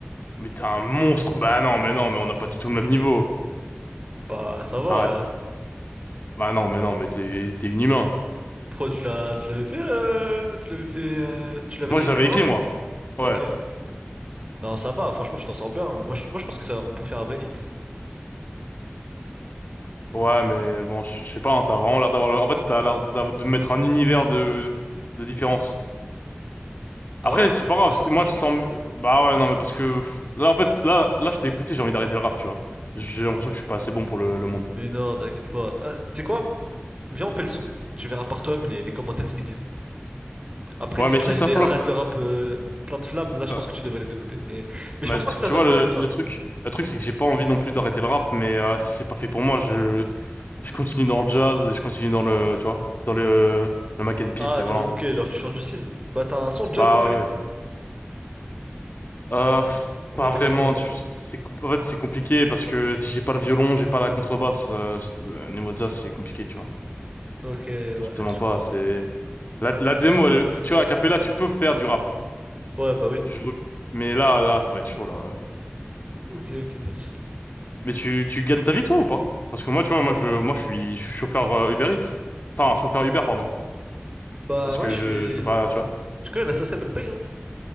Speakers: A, on the left (about 45°); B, on the right (about 25°).
A: Mais t'es un monstre. Bah non, mais non, mais on n'a pas du tout le même niveau.
B: bah ça va.
A: Arrête.
B: hein.
A: Bah non, mais non, mais t'es t'es une humain.
B: Pro, tu l'as, tu l'avais fait, euh, tu l'avais fait, euh, tu l'avais
A: Moi,
B: déjà
A: je
B: écrit
A: l'avais
B: ton
A: écrit,
B: rap?
A: moi. Ouais.
B: Ok. Non, ça va. Franchement, tu t'en sors bien. Moi, je, moi, je pense que ça, on peut faire un vrai hit.
A: Ouais, mais bon, je sais pas, hein, t'as vraiment l'air d'avoir... En fait, t'as l'air d'av- de mettre un univers de, de différence.
B: Ah
A: Après,
B: ouais?
A: c'est pas grave.
B: Tout ça?
A: c'est- Moi, je sens... Bah ouais, non, mais parce que... pff, Là, en fait, là, là, je t'ai écouté, j'ai envie d'arrêter le rap, tu vois. J'ai l'impression que je suis pas assez bon pour le, le monde.
B: Mais non, t'inquiète pas. Ah, tu sais quoi? Viens, on fait le son. Tu verras par toi-même les, les commentaires ce qu'ils disent. Après,
A: Ouais,
B: si
A: mais
B: te
A: si
B: lâchent
A: ça
B: des
A: flop...
B: arrête le rap euh, plein de flammes, là, je
A: euh,
B: pense que tu devrais les écouter. Mais, mais
A: bah,
B: je pense
A: tu,
B: pas que ça
A: tu
B: va
A: vois,
B: se
A: le,
B: passer comme ça.
A: le truc... Le truc, c'est que j'ai pas envie non plus d'arrêter le rap, mais euh, si c'est pas fait pour moi, je... Je continue dans le jazz et je continue dans le, tu vois, dans le, le mac and peace
B: Ah,
A: et voilà.
B: tu- ok,
A: hein.
B: genre tu changes de style. Bah, t'as un son de jazz
A: Bah
B: à me faire
A: ouais.
B: écouter?
A: ouais. Euh, pff,
B: En
A: pas
B: mode
A: vraiment.
B: acapella, par
A: tu-
B: contre.
A: C'est, com- en fait, c'est compliqué parce que si j'ai pas le violon, j'ai pas la contrebasse. Euh, c'est- euh, niveau jazz, c'est compliqué, tu vois.
B: Ok, ouais,
A: Je te mens
B: je
A: pas.
B: comprends.
A: C'est la, la démo, elle est- tu vois, à cappella, tu peux faire du rap.
B: Ouais, bah oui.
A: Je- Mais là, là, ça va être chaud là.
B: Ok, ok, pas de soucis.
A: Mais tu, tu gagnes ta vie toi ou pas? Parce que moi, tu vois, moi je, moi je suis, je suis chauffeur euh, Uber Eats. Enfin, chauffeur Uber, pardon.
B: Bah,
A: Parce
B: ouais,
A: que
B: je
A: je,
B: fais.
A: je peux pas, tu vois.
B: Tu connais la SACEM, elle paye, hein.